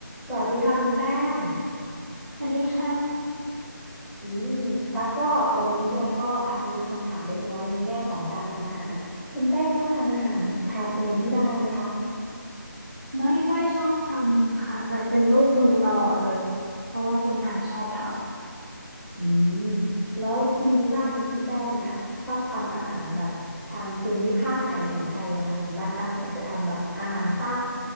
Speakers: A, in the centre; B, on the right.
A: สวัสดีค่ะคุณแป้ง
B: สวัสดีค่ะ
A: อืมตั๊กก็วันนี้เนี่ยก็อาจจะมีคำถามเล็กน้อยในแง่ของการทำอาหาร คุณแป้งชอบทำอาหารทานเองที่บ้านไหมคะ
B: ไม่ค่อยชอบทำค่ะแต่เป็นลูกมือตลอดเลยเพราะว่าคุณอาชอบท
A: อืมแล้วทีนี้บ้านคุณแป้งเนี่ยชอบทำอาหารแบบทางภูมิภาคไหนของไทยเหรอคะเหมือนบ้านตั๊กเนี่ยจะทำแบบอาหารใต้